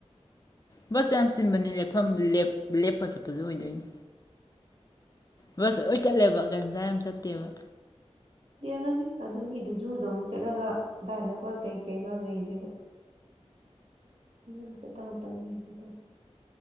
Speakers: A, on the left (about 30°); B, on the right (about 60°).
A: ꯎꯝ ꯁ ꯌꯥꯝ ꯆꯤꯟꯕꯅꯤ ꯂꯦꯞꯐꯝ ꯂꯦꯞ ꯂꯦꯞꯄ ꯆꯠꯄꯁꯨ ꯑꯣꯏꯗꯣꯏꯅꯦ ꯕꯁꯇ ꯂꯣꯏ ꯆꯠꯂꯦꯕ ꯒꯥꯌꯥꯝꯆꯥꯥ ꯌꯥꯝ ꯆꯠꯇꯦꯕ
B: ꯌꯦꯡꯉꯁꯤ ꯑꯗꯨꯒꯤꯗꯨ ꯖꯨꯗꯣ ꯑꯃꯨꯛ ꯆꯠꯂꯒ ꯑꯗꯨꯗꯥꯏ ꯑ ꯅꯛꯀ ꯀꯩ ꯀꯩꯅꯣ ꯂꯩꯒꯦꯗꯣ ꯃ ꯄꯦ ꯇꯥꯡꯇꯥꯡꯒꯤ ꯑꯕꯤꯗ